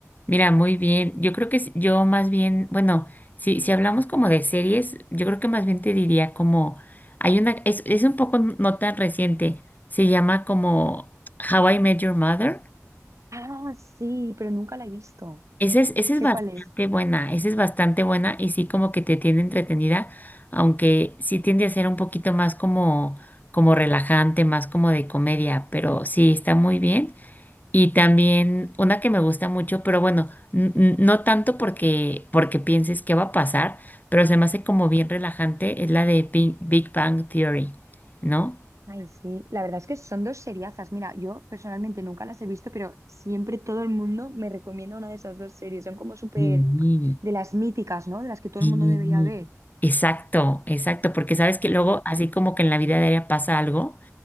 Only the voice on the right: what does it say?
Ah, sí, pero nunca la he visto.
Sé
cuál es.
Ay, sí. La verdad es que son dos seriazas. Mira, yo personalmente nunca las he visto, pero siempre todo el mundo me recomienda una de esas dos series. Son como súper
de las míticas, ¿no? De las que todo
el mundo debería ver.
Sí.